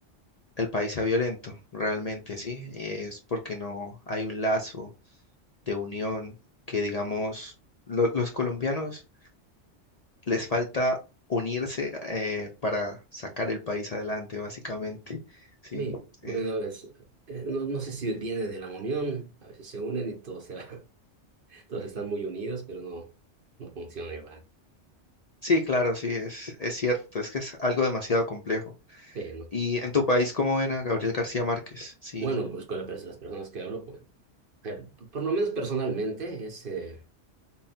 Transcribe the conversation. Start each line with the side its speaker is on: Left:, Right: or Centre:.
Left: el país sea violento, realmente, sí. Es porque no hay un lazo de unión, que digamos, lo- los colombianos les falta unirse eh, para sacar el país adelante, básicamente. Sí,
Right: Bien, bueno,
Left: eh,
Right: es, eh, no, no sé si viene de la unión, a veces se unen y todos, se, <laughs> todos están muy unidos, pero no, no funciona igual.
Left: sí, claro, sí, es, es cierto, es que es algo demasiado complejo.
Right: Sí, ¿no?
Left: ¿Y en tu país cómo ven a Gabriel García Márquez? Sí,
Right: Bueno, pues con la pers- las personas que hablo, pues, eh, por lo menos personalmente, es, eh,